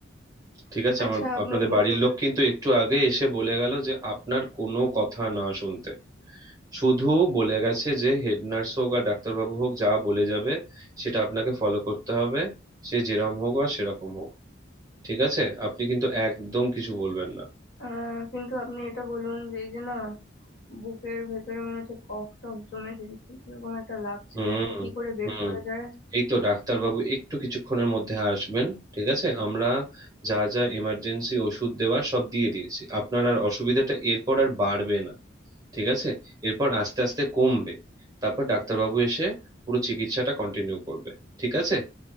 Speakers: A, on the right; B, on the left.
A: ঠিক আছে
B: আচ্ছা
A: আমার
B: আপনি
A: আপনাদের
B: বলুন
A: বাড়ির লোক কিন্তু একটু আগে এসে বলে গেল যে আপনার কোনো কথা না শুনতে শুধু বলে গেছে যে হেড নার্স হোক আর ডাক্তারবাবু হোক যা বলে যাবে সেটা আপনাকে ফলো করতে হবে সে যেরকম হোক আর সেরকম হোক ঠিক আছে আপনি কিন্তু একদম কিছু বলবেন না
B: আহ কিন্তু আপনি এটা বলুন যে এই যে না বুকের ভেতরে মনে হচ্ছে কফ টফ জমেছে কিছু এরকম একটা লাগছে
A: হুম
B: এটা কি করে বের
A: হুম
B: করা যায়
A: এই তো ডাক্তারবাবু একটু কিছুক্ষণের মধ্যে আসবেন ঠিক আছে আমরা যা যা এমার্জেন্সি ওষুধ দেওয়ার সব দিয়ে দিয়েছি আপনার আর অসুবিধাটা এরপর আর বাড়বে না ঠিক আছে এরপর আস্তে আস্তে কমবে তারপর ডাক্তারবাবু এসে পুরো চিকিৎসাটা কন্টিনিউ করবে ঠিক আছে